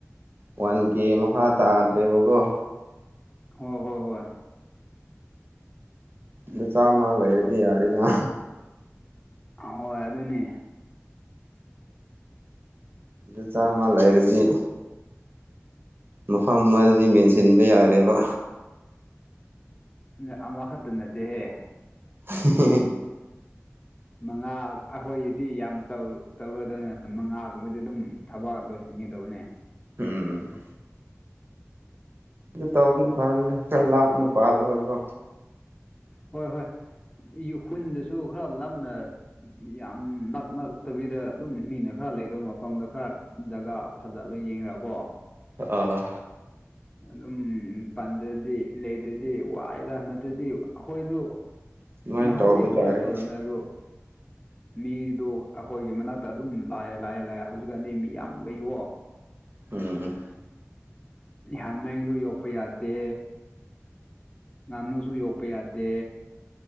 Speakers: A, on the right; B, on the left.
A: ꯋꯥꯟ ꯀꯦ ꯃꯈꯥ ꯇꯥꯗ꯭ꯔꯦꯕꯀꯣ
B: ꯍꯣ ꯍꯣ ꯍꯣꯏ
A: ꯗꯨ ꯆꯥꯝꯃ ꯂꯩꯔꯗꯤ ꯌꯥꯔꯦꯅꯥ
B: ꯑꯍꯣꯏ ꯑꯗꯨꯅꯦ
A: ꯑꯗꯨ ꯆꯥꯝꯃ ꯂꯩꯔꯗꯤ ꯃꯐꯝ ꯑꯃꯗꯗꯤ ꯃꯦꯟꯁꯤꯟꯕ ꯌꯥꯔꯦꯕ
B: ꯁꯤꯖꯦ ꯑꯃꯈꯛꯇ ꯅꯠꯇꯦꯍꯦ
A: ꯍꯦꯍꯦꯍꯦ <unintelligible>
B: ꯃꯉꯥ ꯑꯈꯣꯏꯒꯤꯗꯤ ꯌꯥꯝ ꯇꯧ ꯇꯧꯔꯣꯏꯗꯕꯅꯤ ꯃꯉꯥꯒꯨꯝꯕꯗꯤ ꯑꯗꯨꯝ ꯊꯕꯛ ꯂꯣꯏ ꯁꯤꯟꯒꯦ ꯇꯧꯋꯦꯅꯦ
A: ꯎꯝ ꯑꯗꯨ ꯇꯧꯕꯅ ꯐꯔꯅꯤ ꯈꯔ ꯂꯥꯞꯅ ꯄꯥꯜꯂꯒꯀꯣ
B: ꯍꯣꯏ ꯍꯣꯏ <unintelligible> ꯈꯔ ꯂꯥꯞꯅ ꯌꯥꯝ ꯅꯛ ꯅꯛꯇꯕꯤꯗ ꯑꯗꯨꯝ ꯃꯤꯅ ꯈꯔ ꯂꯩꯗꯕ ꯃꯐꯝꯗ ꯈꯔ ꯖꯒꯥ ꯐꯖꯕ ꯌꯦꯡꯔꯀꯣ
A: ꯑꯥ
B: ꯑꯗꯨꯝ ꯇꯟꯗ꯭ꯔꯗꯤ ꯂꯩꯗ꯭ꯔꯗꯤ ꯋꯥꯏꯗ ꯅꯠꯇ꯭ꯔꯗꯤ ꯑꯩꯈꯣꯏꯗꯣ
A: ꯑꯗꯨꯃꯥꯏꯅ
B: ꯅꯍꯥꯟꯗꯤ
A: ꯇꯧꯕ
B: ꯑꯗꯨꯃꯥꯏꯅ
A: ꯇꯥꯔꯦ
B: ꯇꯧꯔꯝꯃꯦ
A: ꯑꯩꯁꯨ
B: ꯑꯗꯣ ꯃꯤꯗꯣ ꯑꯩꯈꯣꯏꯒꯤ ꯃꯅꯥꯛꯇ ꯑꯗꯨꯝ ꯂꯥꯛꯑꯦ ꯂꯥꯛꯑꯦ ꯂꯥꯛꯑꯦ ꯍꯧꯖꯤꯛꯀꯥꯟꯗꯤ ꯃꯤ ꯌꯥꯝꯕꯩꯀꯣ
A: ꯎꯝ
B: ꯍꯃꯦꯡꯖꯨ ꯌꯣꯛꯄ ꯌꯥꯗꯦ ꯉꯅꯨꯁꯨ ꯌꯣꯛꯄ ꯌꯥꯗꯦ